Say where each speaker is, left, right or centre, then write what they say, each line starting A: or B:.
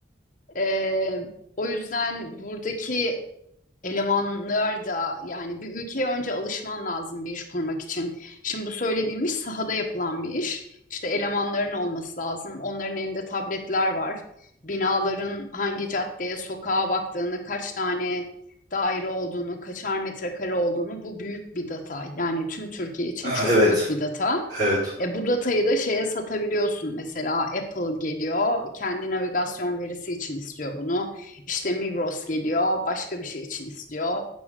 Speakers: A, on the left; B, on the right.
A: Ee, o yüzden buradaki Elemanlar da yani bir ülkeye önce alışman lazım bir iş kurmak için. Şimdi bu söylediğim iş sahada yapılan bir iş. İşte elemanların olması lazım. Onların elinde tabletler var. Binaların hangi caddeye, sokağa baktığını, kaç tane daire olduğunu, kaçar metrekare olduğunu bu büyük bir data. Yani tüm Türkiye için
B: Aa,
A: çok
B: evet.
A: büyük bir data.
B: Evet.
A: E, bu datayı da şeye satabiliyorsun mesela Apple geliyor kendi navigasyon verisi için istiyor bunu. İşte Migros geliyor, başka bir şey için istiyor.